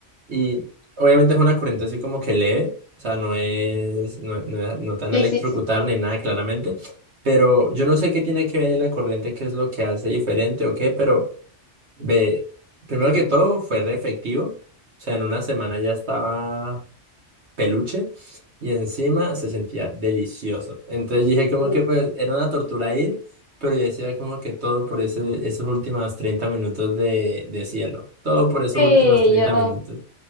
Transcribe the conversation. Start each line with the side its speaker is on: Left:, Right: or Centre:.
Right: Y obviamente es una corriente así como que leve, o sea, no es, no, no, es- no te van
Left: Sí,
Right: a electrocutar
Left: sí, sí.
Right: ni nada claramente, pero yo no sé qué tiene que ver la corriente, qué es lo que hace diferente o qué, pero ve, primero que todo fue re efectivo, o sea, en una semana ya estaba peluche y encima se sentía delicioso. Entonces dije
Left: Sí,
Right: como que pues era una tortura ir, pero yo decía como que todo por ese, esos últimos 30 minutos de, de cielo, todo por esos
Left: Sí,
Right: últimos 30
Left: yo,
Right: minutos.